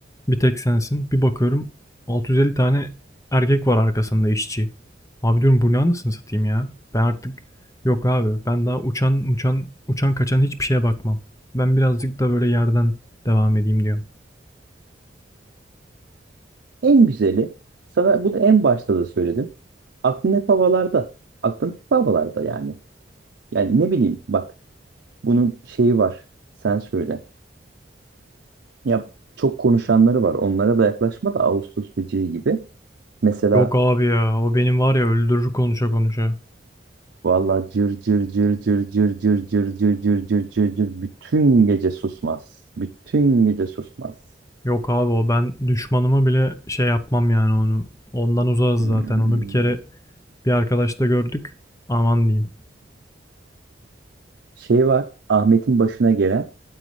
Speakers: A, on the left (about 20°); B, on the right (about 70°).
A: bir tek sensin. Bir bakıyorum 650 tane erkek var arkasında işçi. Abi diyorum bu ne anasını satayım ya. Ben artık yok abi ben daha uçan uçan uçan kaçan hiçbir şeye bakmam. Ben birazcık da böyle yerden devam edeyim diyor.
B: En güzeli, sana bunu en başta da söyledim. Aklın hep havalarda. Aklın hep havalarda yani. Yani ne bileyim bak bunun şeyi var. Sen söyle. Ya çok konuşanları var. Onlara da yaklaşma da Ağustos böceği gibi. Mesela
A: Yok abi ya o benim var ya öldürür konuşa konuşa.
B: valla cır cır cır cır cır cır cır cır cır cır cır cır bütün gece susmaz. Bütün gece susmaz.
A: Yok abi o ben düşmanıma bile şey yapmam yani onu. Ondan uzağız
B: Hmm.
A: zaten onu bir kere Bir arkadaşta gördük. Aman diyeyim.
B: Şey var. Ahmet'in başına gelen